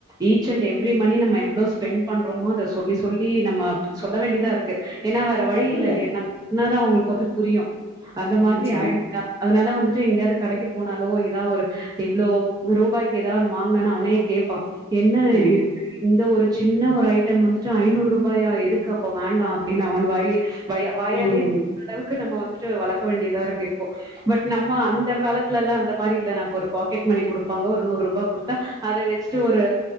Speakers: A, on the right; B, on the left.
A: ஈச் அண்ட் எவ்ரி மணி நம்ம எவ்ளோ ஸ்பெண்ட் பண்றோமோ அத சொல்லி சொல்லி நம்ம சொல்ல வேண்டியதா இருக்கு ஏனா வேற வழி
B: தப்பில்ல
A: இல்ல இல்லியா நம்ம சொன்னா தா அவுங்களுக்கு வந்து புரியு அந்த மாதிரி
B: நிச்சயமா
A: ஆய்டுச்சா அதனால வந்துட்டு எங்கேயாது கடைக்கு போனாலோ எதா ஒரு இவ்ளோ ரூபாய்க்கு ஏதாவ் ஒன்னு வாங்குனான்னா அவனே கேப்பா என்ன
B: ம்
A: இந்த ஒரு சின்ன ஒரு ஐட்டம் வந்துட்டு ஐநூரூபாயா எதுக்கு அப்ப வேண்டா அப்டின்னு அப்டின்னு அவன் வாய்லே வ வாயாலே
B: ம்
A: அளவுக்கு நம்ம வந்துட்டு வளக்க வேண்டியதா இருக்கு இப்போ பட் நம்ம அந்த காலத்துல எல்லா அந்த மாரி இல்ல நமக்கு ஒரு பாக்கெட் மணி கொடுப்பாங்க ஒரு நூரூபா கொடுத்தா அத வச்சுட்டு ஒரு